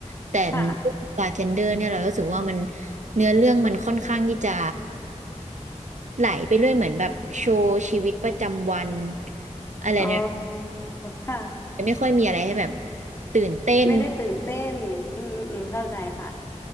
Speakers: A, on the right; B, on the left.
A: แต่เรื่องบาร์เทนเดอร์เนี่ยเรารู้สึกว่ามัน
B: ค่ะ
A: เนื้อเรื่องมันค่อนข้างที่จะไหลไปเรื่อยเหมือนแบบโชว์ชีวิตประจำวันอะไรเนี่ย
B: อ๋อค่ะ
A: จะไม่ค่อยมีอะไรให้แบบตื่นเต้น
B: ไม่ได้ตื่นเต้นอืมอืมอืมเข้าใจค่ะ